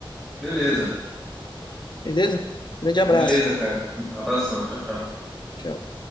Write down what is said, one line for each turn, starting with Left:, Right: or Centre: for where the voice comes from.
Centre: beleza.
Left: Beleza? Grande abraço.
Centre: Beleza, cara. Abração. Tchau, tchau.
Left: Tchau.